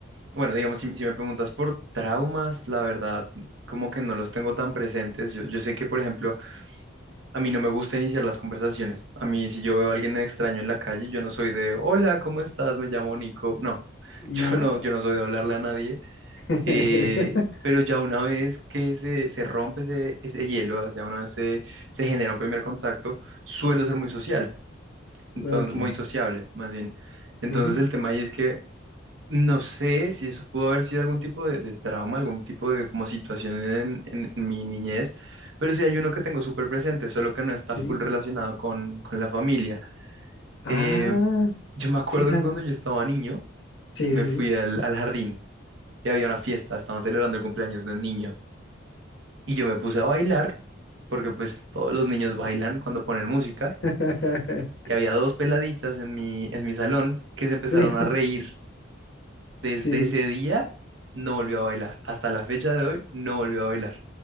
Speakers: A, on the right; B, on the left.
A: bueno, digamos, si, si me preguntas por traumas, la verdad, como que no los tengo tan presentes. Yo, yo sé que, por ejemplo, a mí no me gusta iniciar las conversaciones. A mí, si yo veo a alguien extraño en la calle, yo no soy de, hola, ¿cómo estás? Me llamo Nico. No, <laughs>
B: no.
A: yo no, yo no soy de hablarle a nadie.
B: <laughs>
A: eh, pero ya una vez que se, se rompe ese, ese hielo, ya una vez se, se genera un primer contacto, suelo ser muy social. Entonces,
B: Ok.
A: muy sociable, más bien. Entonces,
B: Ujú.
A: el tema ahí es que no sé si eso pudo haber sido algún tipo de, de trauma, algún tipo de como situación en, en- en mi niñez, pero sí hay uno que tengo súper presente, solo que no está
B: Sí.
A: full relacionado con, con la familia. Eh,
B: Ah,
A: yo me acuerdo
B: sí, también.
A: que cuando yo estaba niño,
B: Sí,
A: me
B: sí,
A: fui
B: sí.
A: al, al jardín y había una fiesta, estaban celebrando el cumpleaños de un niño y yo me puse a bailar, porque pues todos los niños bailan cuando ponen música.
B: <laughs>
A: Y había dos peladitas en mi, en mi salón que se empezaron
B: Sí,
A: a reír. Desde
B: sí.
A: ese día no volvió a bailar. Hasta la fecha de hoy no volvió a bailar.